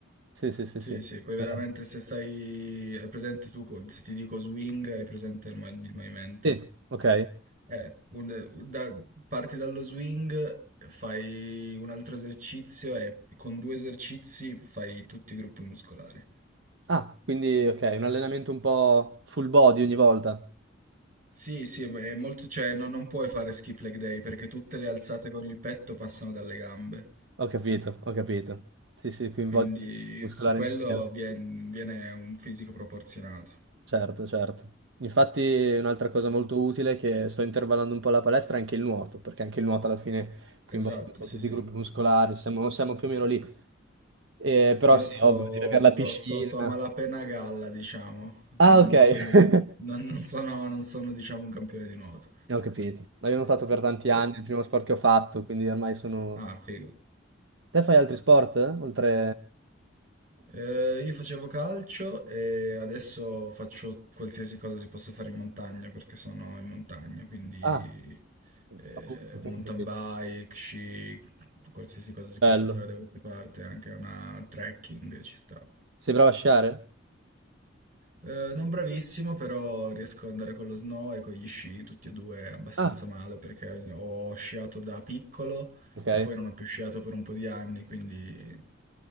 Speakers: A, on the right (about 70°); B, on the right (about 45°).
A: Sì, sì, sì,
B: Sì,
A: sì.
B: sì, poi veramente
A: Eh,
B: se sai, hai presente tu, co- se ti dico swing, hai presente il, mo- il movimento.
A: Sì, ok.
B: Eh, un- un- da- parti dallo swing, fai un altro esercizio e con due esercizi fai tutti i gruppi muscolari.
A: Ah, quindi ok, un allenamento un po' full body ogni volta.
B: Sì, sì, ma è molto, cioè no- non puoi fare skip leg day perché tutte le alzate con il petto passano dalle gambe,
A: Ho capito, ho capito. Sì, sì, coinvolge
B: quindi
A: il muscolare
B: su quello
A: insieme.
B: vien- viene, un fisico proporzionato.
A: Certo, certo. Infatti un'altra cosa molto utile è che sto intervallando un po' la palestra è anche il nuoto, perché anche il nuoto alla fine coinvolge
B: Esatto,
A: un po'
B: sì,
A: tutti
B: sì.
A: i gruppi muscolari, siamo, siamo più o meno lì. Eh, però
B: Io
A: sì,
B: sto,
A: ovvio, devi avere
B: sto,
A: la piscina.
B: sto, sto a malapena a galla, diciamo. Nuoto
A: Ah, ok. <laughs>
B: non, ri- non- non sono, non sono, diciamo, un campione di nuoto.
A: Eh, Ho capito. No, Io ho nuotato per tanti anni,
B: Pe-
A: è il primo sport che ho fatto, quindi ormai sono...
B: Ah, figo.
A: Te fai altri sport? eh? Oltre...
B: Eh, io facevo calcio e adesso faccio qualsiasi cosa si possa fare in montagna perché sono in montagna, quindi
A: Ah,
B: eh,
A: appunto, ok,
B: mountain
A: ho capito.
B: bike, sci, qualsiasi cosa si possa
A: Bello.
B: fare da queste parti, anche una trekking ci sta.
A: Sei bravo a sciare?
B: Eh, non bravissimo, però riesco ad andare con lo snow e con gli sci, tutti e due abbastanza
A: Ah,
B: male perché ho sciato da piccolo
A: ok.
B: e poi non ho più sciato per un po' di anni, quindi